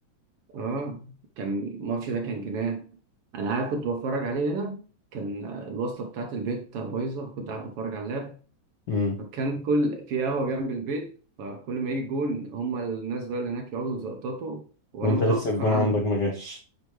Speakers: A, on the right; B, on the left.
A: اه كان الماتش ده كان جنان أنا قاعد كنت بتفرج عليه هنا كان الوصلة بتاعة البيت بايظة كنت قاعد بتفرج على اللاب
B: امم
A: فكان كل في قهوة جنب البيت فكل ما يجي جون هما الناس بقى اللي هناك يقعدوا يزقططوا وأنا
B: وانت
A: متأخر
B: لسه الجون
A: عنهم
B: عندك ما جاش